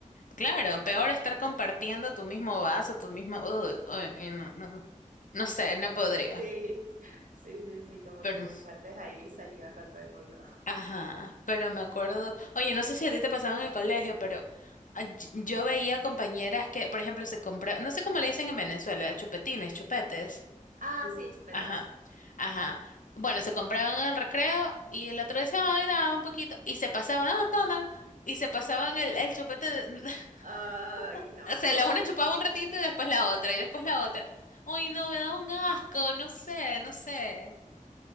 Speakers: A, on the left; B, on the right.
A: Claro, peor estar compartiendo tu mismo vaso, tu mismo, uy, uy, no, no, no. No no sé, no podría.
B: Sí, <laughs> sí, sí, sí, como
A: Pero,
B: que compartes ahí saliva con todo el mundo.
A: ajá, pero me acuerdo. Oye, no sé si a ti te pasaba en el colegio, pero ah, y- yo veía compañeras que, por ejemplo, se compraban, no sé cómo le dicen en Venezuela, chupetines, chupetes.
B: Ah, sí, chupetas.
A: Ajá, ajá. Bueno, se compraban en el recreo y el otro decía, ay, dame un poquito. Y se pasaban, ah, toma. Y se pasaban el, el chupete. de- <laughs>
B: Ay, no.
A: O sea, la una chupaba un ratito y después la otra y después la otra. Uy, no, me da un asco, no sé, no sé.